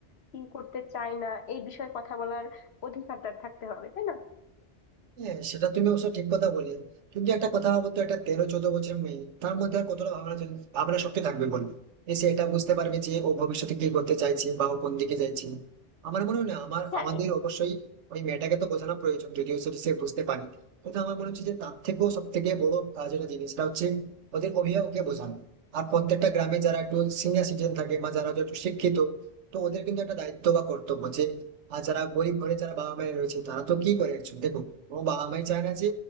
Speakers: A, on the left; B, on the right.
A: কি করতে চায় না এই বিষয়ে কথা বলার অধিকার তার থাকতে হবে তাই না
B: হ্যাঁ সেটা তুমি অবশ্য ঠিক কথা বলে কিন্তু একটা কথা বলতো একটা তেরো চোদ্দ বছর মেয়ে তার মধ্যে আর কতটা ভাবনা চিন- ভাবনা শক্তি থাকবে বল এই সে এটা বুঝতে পারবে যে ও ভবিষ্যতে কি করতে চাইছে বা ও কোন দিকে চাইছে আমার মনে হয় না আমার
A: হ্যাঁ
B: আমাদের
A: এ-
B: অবশ্যই ওই মেয়েটাকে তো বোঝানো প্রয়োজন যদিও সেটা সে বুঝতে পারে কিন্তু আমার মনে হচ্ছে যে তার থেকেও সব থেকে বড় আহ, যেটা জিনিসটা হচ্ছে ওদের অভিভাবককে বোঝানো আর প্রত্যেকটা গ্রামে যারা একটু সিনিয়র সিটিজেন থাকে বা যারা হয়তো একটু শিক্ষিত তো ওদের কিন্তু একটা দায়িত্ব বা কর্তব্য যে আর যারা গরিব ঘরে যারা বাবা মায়ের রয়েছে তারা তো কি করে একজন দেখো ও বাবা মাই চায় না যে